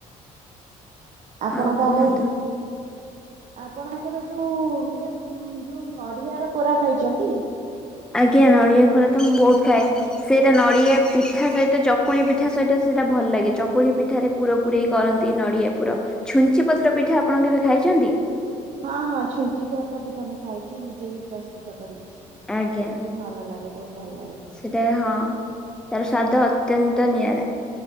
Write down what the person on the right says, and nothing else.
ଆପଣଙ୍କ
ଆଡେ ଆପଣ କେବେ ଯୋଉ, ଇଏ ଯୋଉ ନଡ଼ିଆର କୋରା ଖାଇଚନ୍ତି?
ହଁ ହଁ, ଛୁଞ୍ଚି ପତ୍ର ପିଠା ମୁଁ ଖାଇଛି, ନିଜେ ବି ପ୍ରସ୍ତୁତ କରିଚି।
ସେଟା ବି ଭଲ ଲାଗେ, ବହୁତ ଭଲ ଲାଗେ।